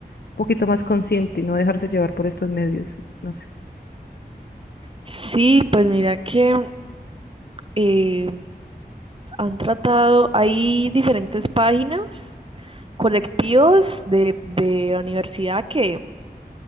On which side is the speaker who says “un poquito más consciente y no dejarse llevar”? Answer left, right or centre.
Left